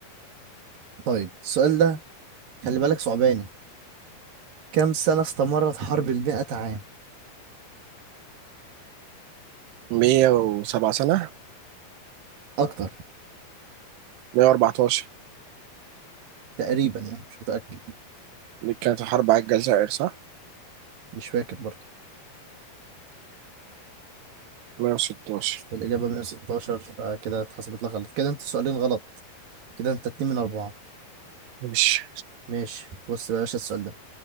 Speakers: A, on the right; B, on the right.
A: طيب السؤال ده خلي بالك صعباني كم سنة استمرت حرب المئة عام
B: 107 سنة
A: أكتر
B: 114
A: تقريبا يعني مش متأكد
B: دي كانت الحرب على الجزائر صح
A: مش فاكر برضه
B: 116
A: بس الإجابة 116 فكده اتحسبت لك غلط كده أنت سؤالين غلط كده أنت اتنين من أربعة
B: ماشي
A: ماشي بص بقى يا باشا السؤال ده